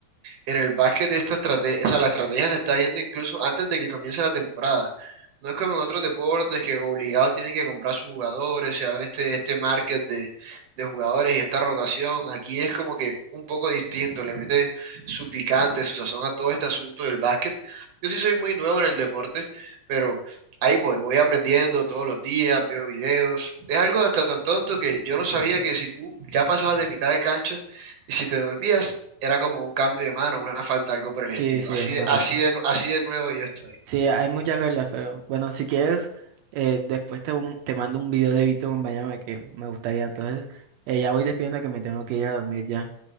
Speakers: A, on the right; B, on the right.
A: en el básquet de esta estrategia, o sea, la estrategia se está viendo incluso antes de que comience la temporada. No es como en otros deportes que obligados tienen que comprar sus jugadores, se abre este, este market de, de jugadores y esta rotación. Aquí es como que un poco distinto, le mete su picante, su sazón a todo este asunto del básquet. Yo sí soy muy nuevo en el deporte, pero ahí voy, voy aprendiendo todos los días, veo videos. Es algo hasta tan tonto que yo no sabía que si tú ya pasabas de mitad de cancha, y si te devolvías, era como un cambio de mano, una falta, algo por el estilo.
B: Sí, sí,
A: Así
B: es una
A: de, así
B: falta.
A: de, así de nuevo yo estoy.
B: Sí, hay muchas reglas, pero bueno, si quieres, eh, después te, un- te mando un video de Vito Bombayama que me gustaría. Entonces, eh, ya voy despidiendo que me tengo que ir a dormir ya.